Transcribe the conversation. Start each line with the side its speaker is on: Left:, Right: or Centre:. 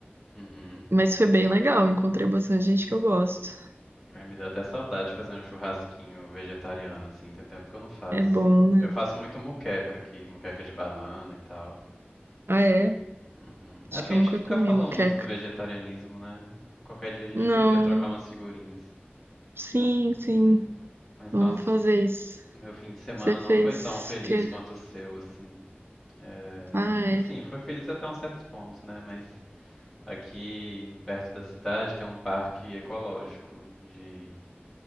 Centre: Uhum.
Right: Mas foi bem legal, encontrei bastante gente que eu gosto.
Centre: Ai, me deu até saudade de fazer um churrasquinho vegetariano, assim, tem tempo que eu não faço.
Right: É bom, né?
Centre: Eu faço muito muqueca aqui, muqueca de banana e tal.
Right: Ah, é?
Centre: Uhum.
Right: Acho
Centre: Acho
Right: que
Centre: que
Right: eu
Centre: a gente
Right: nunca
Centre: nunca
Right: comi
Centre: falou
Right: moqueca.
Centre: muito do vegetarianismo, né? Qualquer dia a gente
Right: Não,
Centre: podia trocar umas figurinhas.
Right: sim, sim.
Centre: Mas
Right: Vamos
Centre: nossa,
Right: fazer isso.
Centre: meu fim de semana
Right: Você fez
Centre: não foi tão feliz
Right: o quê?
Centre: quanto o seu, assim. É,
Right: Ah,
Centre: Assim,
Right: é.
Centre: foi feliz até um certo ponto, né? Mas aqui perto da cidade tem um parque ecológico de